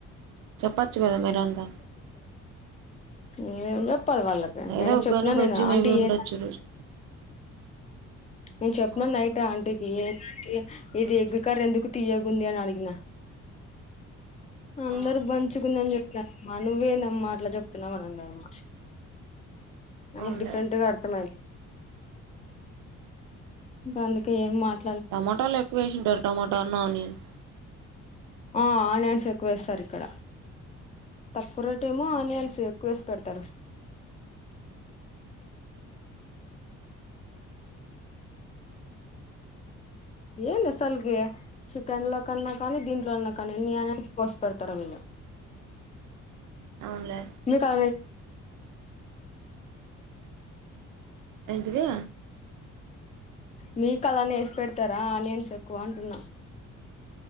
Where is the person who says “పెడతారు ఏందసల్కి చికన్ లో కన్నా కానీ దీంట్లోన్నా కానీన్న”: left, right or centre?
Left